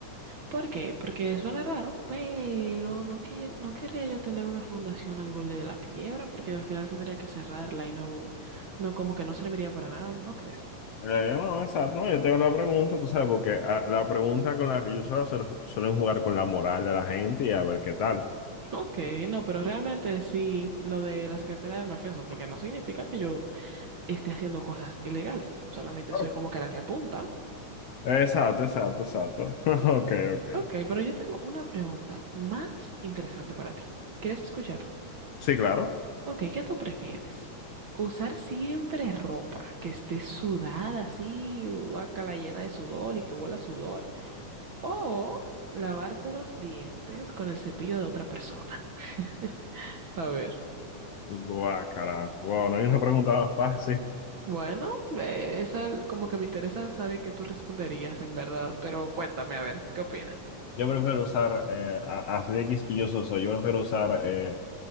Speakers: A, on the right; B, on the left.
A: ¿Por qué? Porque suena raro, pero no, quer- no querría yo tener una fundación al borde de la quiebra, porque al final tendría que cerrarla y no, no como que no serviría para nada, ¿no crees? <laughs>
B: Eh, bueno, exacto. No, yo tengo la pregunta, tú sabes, porque ah, la pregunta con la que yo suelo hacer suelen jugar con la moral de la gente y a ver qué tal.
A: Ok, no, pero realmente sí, lo de la secretaria del mafioso, porque no significa que yo esté haciendo cosas ilegales, solamente
B: Oh.
A: soy como que la que apunta, ¿no?
B: Exacto, exacto, exacto. <laughs> Ok, ok.
A: Ok, pero yo tengo una pregunta más interesante para ti. ¿Quieres escucharla?
B: Sí, claro.
A: Ok, ¿qué tú prefieres? ¿Usar siempre ropa que esté sudada así, guácala llena de sudor y que huela a sudor? ¿O lavarte los dientes con el cepillo de otra persona? <laughs> A ver.
B: Guácala. Bueno, hay una pregunta más fácil.
A: Bueno, eh, esa l- como que me interesa saber qué tú responderías en verdad, pero cuéntame a ver, ¿qué opinas?
B: Yo prefiero usar, eh, a- así de quisquilloso soy, yo prefiero usar eh,